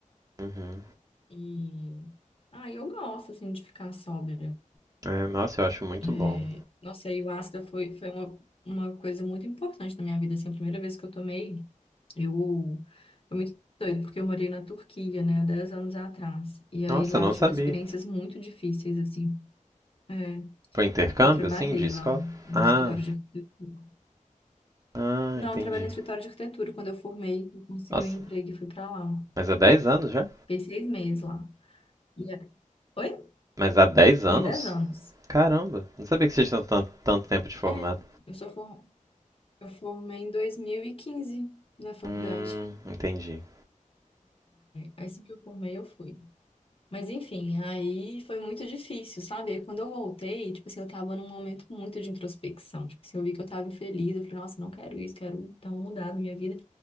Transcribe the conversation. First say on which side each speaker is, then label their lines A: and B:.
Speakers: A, on the right (about 25°); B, on the left (about 45°).
A: uhum.
B: e... Ah, eu gosto, assim, de ficar sóbria.
A: É, nossa, eu acho muito
B: É,
A: bom.
B: nossa, a ayahuasca foi, foi uma, uma coisa muito importante na minha vida, assim, a primeira vez que eu tomei, eu... Foi muito doido, porque eu morei na Turquia, né, 10 anos atrás, e aí
A: Nossa,
B: lá
A: não
B: eu tive
A: sabia.
B: experiências muito difíceis, assim, É,
A: Foi intercâmbio,
B: Eu trabalhei
A: assim, de escola?
B: lá no
A: Ah,
B: escritório de arquitetura.
A: ah,
B: Não,
A: entendi.
B: eu trabalhei no escritório de arquitetura. Quando eu formei, eu consegui
A: Nossa,
B: um emprego e fui pra lá.
A: mas há 10 anos já?
B: Fiquei seis meses lá. E é- Oi?
A: Mas há 10
B: Tem
A: anos?
B: dez anos.
A: Caramba, não sabia que vocês tinham tan- tanto tempo de formado.
B: É, eu sou for... eu formei em 2015 na faculdade.
A: Hum, entendi.
B: É, Assim que eu formei, eu fui. Mas enfim, aí foi muito difícil, sabe? Aí quando eu voltei, tipo assim, eu tava num momento muito de introspecção. Tipo assim, eu vi que eu tava infeliz. Eu falei, nossa, não quero isso, quero dar uma mudada na minha vida.